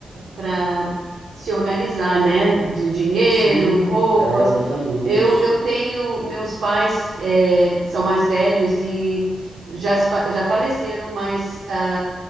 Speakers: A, on the right; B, on the right.
A: para se organizar, né? De dinheiro,
B: Sim,
A: roupa.
B: é exatamente
A: Eu, eu tenho, meus pais eh, são mais velhos e já, se fa- já faleceram, mas ah,